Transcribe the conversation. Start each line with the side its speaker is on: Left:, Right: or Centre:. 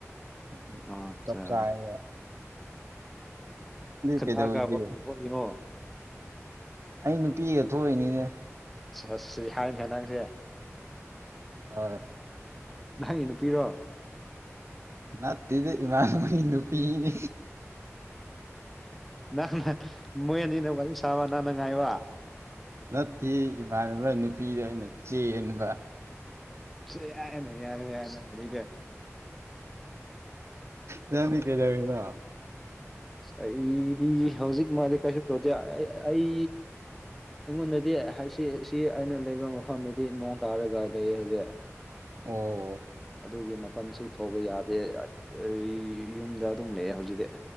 Right: ꯎꯝ ꯎꯝ
Centre: ꯑꯠꯆꯥ
Right: ꯆꯞ ꯆꯦꯏꯌꯦꯕ
Centre: ꯀꯅꯥꯒ
Right: ꯀꯩꯗꯧꯔꯤꯒꯦ
Centre: ꯋꯥꯛꯀꯤꯡ ꯊꯣꯛꯏꯅꯣ
Right: ꯑꯩ ꯅꯨꯄꯤꯒ ꯊꯣꯛꯏꯅꯤꯅꯦ
Centre: ꯑꯁ ꯌꯥꯏꯅꯥ ꯅꯪꯁꯦ
Right: ꯑꯣꯏ
Centre: ꯅꯪꯒꯤ ꯅꯨꯄꯤꯔꯣ
Right: ꯅꯠꯇꯦꯗ ꯏꯃꯥꯟꯅꯕꯒꯤ ꯅꯨꯄꯤꯅꯦ
Centre: ꯅꯪꯅ ꯃꯣꯏ ꯑꯅꯤꯅ ꯋꯥꯔꯤ ꯁꯥꯕ ꯅꯪꯅ ꯉꯥꯏꯕ
Right: ꯅꯠꯇꯌꯦ ꯏꯃꯥꯟꯅꯕ ꯅꯨꯄꯤꯗꯣ ꯑꯩꯅ ꯆꯦꯟꯕ
Centre: ꯁꯤꯌ ꯌꯥꯔꯦ ꯌꯥꯔꯦ ꯅꯪ ꯋꯔꯤꯗꯤ
Right: ꯅꯪꯗꯤ ꯀꯩꯗꯧꯔꯤꯅꯣ
Centre: ꯑꯩꯗꯤ ꯍꯧꯖꯤꯛ ꯃꯥꯗꯤ ꯍꯤꯄꯨꯒꯦ ꯑꯩ ꯑꯩꯉꯣꯟꯗꯗꯤ ꯍꯥꯏꯁꯤ ꯁꯤ ꯑꯩꯅ ꯂꯩꯕ ꯃꯐꯝꯗꯗꯤ ꯅꯣꯡ ꯇꯥꯔꯒ ꯂꯩꯌꯦ ꯍꯧꯖꯤꯛ
Right: ꯑꯣ
Centre: ꯑꯗꯨꯒꯤ ꯃꯄꯜꯁꯨ ꯊꯣꯛꯄ ꯌꯥꯗꯦ ꯑꯩ ꯌꯨꯝꯗ ꯑꯗꯨꯝ ꯂꯩꯑꯦ ꯍꯧꯖꯤꯛꯇꯤ